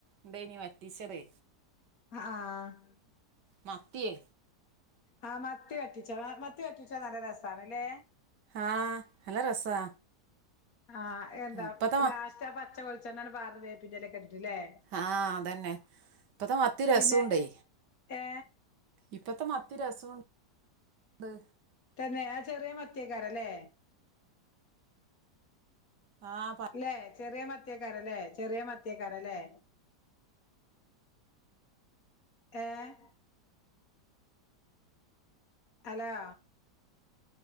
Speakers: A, on the right (about 75°); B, on the left (about 55°).
A: ഇണ്ടയ്ന്ന് വറ്റീച്ചത്.
B: ആഹ് ആഹ്.
A: മത്തിയേ.
B: ആഹ് മത്തി വറ്റിച്ചതാ മത്തി വറ്റിച്ചത് നല്ല രസാണ്ല്ലേ?
A: ആഹ് നല്ല രസാ.
B: ആഹ് എന്താ
A: ഇപ്പത്തെ മ
B: ലാസ്റ്റ് ആഹ് പച്ച വെളിച്ചെണ്ണ പാർന്ന് വേപ്പിന്റെറെലൊക്കെ ഇട്ടിട്ടില്ലേ.
A: ആഹ് അതന്നെ ഇപ്പത്ത മത്തി രസംണ്ടേ?
B: പിന്നെ ഏ
A: ഇപ്പത്തെ മത്തി രസം ണ്ട്.
B: തന്നെ ആ ചെറിയ മത്തിയ്ക്കാരല്ലേ?
A: ആ പത്ത്
B: ല്ലെ ചെറിയ മത്തിയക്കാരല്ലെ ചെറിയ മത്തിയക്കാരല്ലേ? ഏഹ്. ഹലോ.